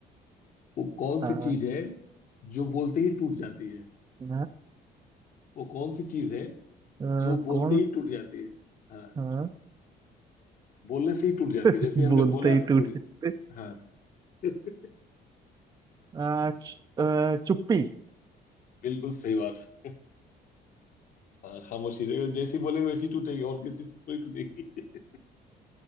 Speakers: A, on the left; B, on the right.
A: वो कौन
B: हाँ
A: सी चीज है जो बोलते ही टूट जाती है
B: ना
A: वो कौन सी चीज है
B: अ,
A: जो बोलते
B: कौन
A: ही टूट जाती है हाँ
B: हाँ
A: बोलने से ही टूट जाती
B: <laughs>
A: है जैसे हमने
B: बोलते
A: बोला
B: ही टूट
A: टूट
B: जाते
A: हाँ <laughs>
B: आ, च- आ, चुप्पी
A: बिल्कुल सही बात है। हाँ, खामोशी जो- जैसी बोले वैसी टूटेगी और किसी से थोड़ी टूटेगी <laughs>